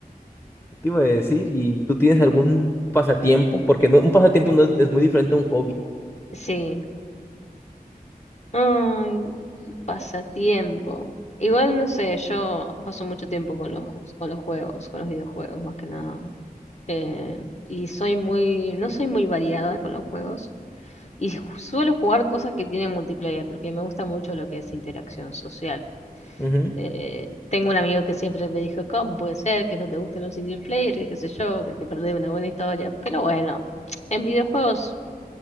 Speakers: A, on the left; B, on the left.
A: ¿Qué iba a decir? ¿Y tú tienes algún pasatiempo? Porque no, un pasatiempo no es, es muy diferente a un hobby.
B: Sí. Ay, pasatiempo. Igual no sé, yo paso mucho tiempo con los, ju- con los juegos, con los videojuegos más que nada. Eh, y soy muy, no soy muy variada con los juegos. Y ju- suelo jugar cosas que tienen multiplayer, porque me gusta mucho lo que es interacción social.
A: Ujú.
B: Eh, tengo un amigo que siempre me dijo, ¿cómo puede ser que no te gusten los single player, que qué sé yo, que te perdés una buena historia? Pero bueno, <tsk> en videojuegos